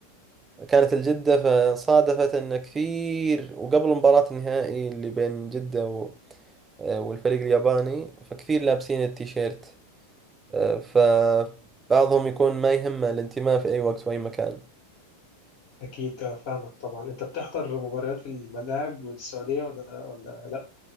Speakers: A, on the right; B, on the left.
A: فكانت الجدة فصادفت أن كثير وقبل مباراة النهائي اللي بين جدة و- آه، والفريق الياباني فكثير لابسين التيشيرت فبعضهم يكون ما يهمه الانتماء في أي وقت وأي مكان
B: أكيد آه، فاهمك طبعا أنت بتحضر مباريات في الملاعب والسعودية ولا ولا لأ؟